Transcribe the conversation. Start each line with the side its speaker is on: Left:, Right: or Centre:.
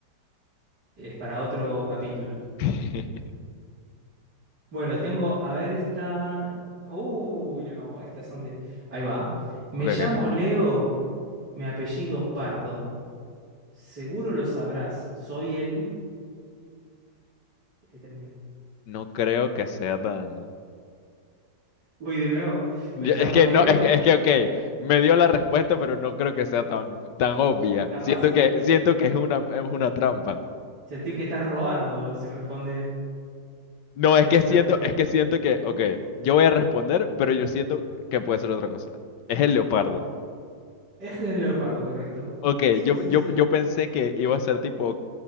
Right: es para otro capítulo.
Left: <laughs>
Right: Bueno, tengo, a ver esta. Uy, no, estas son de. Ahí va. Me
Left: Ok, ok,
Right: llamo
Left: ok.
Right: Leo, mi apellido Pardo. Seguro lo sabrás. Soy el. Ahí termina.
Left: No creo que sea tan...
Right: Uy, de nuevo.
Left: Yo-
Right: Me llamo
Left: Es que
Right: Leo.
Left: no, es que, es que, ok, me dio la respuesta, pero no creo que sea tan, tan obvia.
Right: Tan
Left: Siento
Right: fácil.
Left: que, siento que es una, es una trampa.
Right: Sentí que estás robando si respondes
Left: No, es
Right: esa
Left: que siento,
Right: respuesta.
Left: es que siento que, ok, yo voy a responder, pero yo siento que puede ser otra cosa. Es el leopardo.
Right: Es el leopardo, correcto.
Left: Ok,
Right: Sí,
Left: yo,
Right: sí,
Left: yo,
Right: sí.
Left: yo pensé que iba a ser tipo